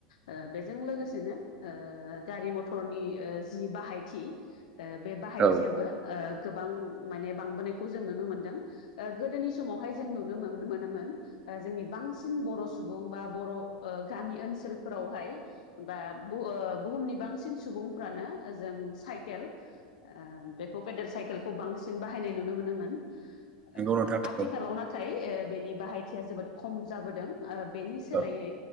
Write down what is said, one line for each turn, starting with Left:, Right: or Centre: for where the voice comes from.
Left: ओ बेजों लोगोसेनो ओ गारि मथरनि जि बाहायथि ओ बे बाहायथियाबो
Right: औ
Left: ओ गोबां माने बांबोनायखौ जों नुनो मोनदों ओ गोदोनि समावहाय <unintelligible> मोनोमोन ओ जोंनि बांसिन बर' सुबुं बा बर' ओ गामि ओनसोलफोरावहाय बा बु ओ बुहुमनि बांसिन सुबुंफ्रानो ओजों साइकेल ओ बेखौ पेडेल साइकेलखौ बांसिन बाहायनाय नुनो मोनोमोन ओ
Right: नंगौ नोंथां नंगौ
Left: आथिखालाव नाथाय ओ बेनि बाहायथिया जोबोद ख'म जाबोदों। ओ बेनि सोलायै
Right: औ